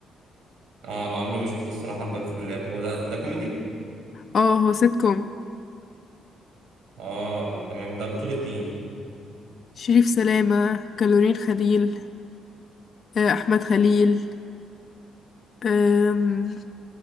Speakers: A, on the right; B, on the left.
A: اه لا، عمري ما شفته الصراحه الباب في الباب هو ده ده كوميدي
B: اه هو سيت كوم
A: اه تمام ده بطوله مين
B: شريف سلامة كالورين خليل آه، أحمد خليل أم،